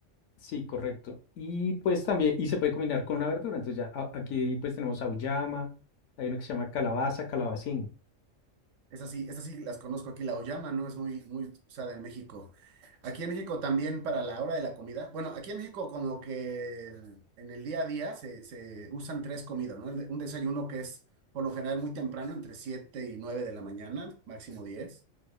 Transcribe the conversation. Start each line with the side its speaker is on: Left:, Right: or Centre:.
Left: sí, correcto. Y pues también, y se puede combinar con una verdura. Entonces ya a- aquí pues tenemos auyama, hay uno que se llama calabaza, calabacín.
Right: Esas sí, esas sí las conozco aquí, la auyama, ¿no? Es muy, muy usada en México. Aquí en México también para la hora de la comida. Bueno, aquí en México como que el- en el día a día se, se usan tres comidas, ¿no? El de- Un desayuno que es por lo general muy temprano, entre 7 y 9 de la mañana, máximo 10.